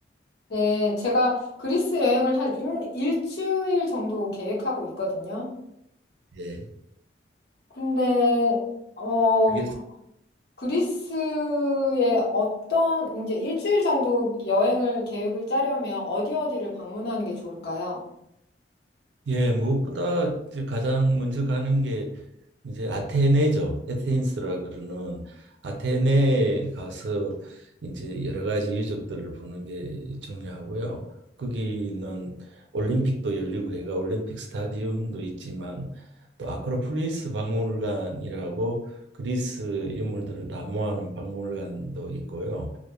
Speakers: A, on the left (about 65°); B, on the right (about 80°).
A: 네, 제가 그리스 여행을 한 일, 일주일 정도 계획하고 있거든요.
B: 예.
A: 근데, 어,
B: 그게
A: 그리스에 어떤, 이제 일주일 정도 여행을 계획을 짜려면 어디 어디를 방문하는 게 좋을까요?
B: 예, 무엇보다 이제 가장 먼저 가는 게 이제 아테네죠. 에테인스라 그러는 아테네에 가서 이제 여러 가지 유적들을 보는 게 중요하고요. 거기는 올림픽도 열리고 해가 올림픽 스타디움도 있지만 또 아크로폴리스 박물관이라고 그리스 유물들을 다 모아놓은 박물관도 있고요.